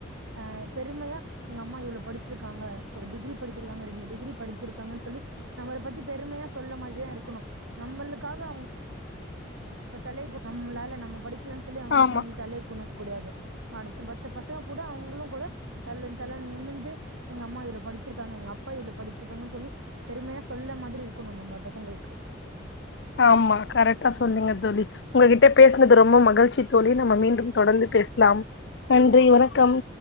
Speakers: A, on the right (about 85°); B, on the left (about 55°).
A: அ பெருமையா எங்க அம்மா இவ்ளோ படிச்சுருக்காங்க ஒரு டிகிரி படிச்சுருக்காங்க ரெண்டு டிகிரி படிச்சுருக்காங்கன்னு சொல்லி நம்மள பத்தி பெருமையா சொல்ல மாறிதா இருக்கணு நம்மளுக்காக அவுங்க தலை <inaudible> நம்மளால நம்ம படிக்கலன்னு சொல்லி அவுங்க
B: ஆமா
A: த தலை குனு கூடாது அடுத் மத்த பசங்க கூட அவுங்களு கூட தல தன் நிமிந்து எங்க அம்மா இவ்ளோ படி படுச்சிருக்காங்க எங்க அப்பா இவ்ளோ படுச்சிருக்காங்கன்னு சொல்லி பெருமையா சொல்ல மாதிரி இருக்கணு நம்ப பசங்களுக்கு
B: ஆமா கரக்டா சொன்னிங்கத் தோழி உங்ககிட்ட பேசினது ரொம்ப மகிழ்ச்சி தோழி நம்ம மீண்டும் தொடர்ந்து பேசலாம் நன்றி வணக்கம்